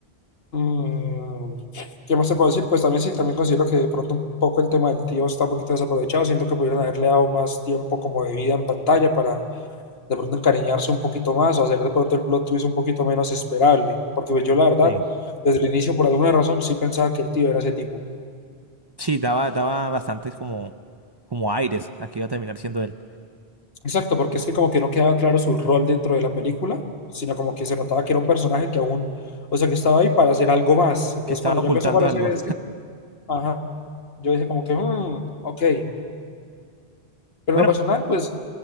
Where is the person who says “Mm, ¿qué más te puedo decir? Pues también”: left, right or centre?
Left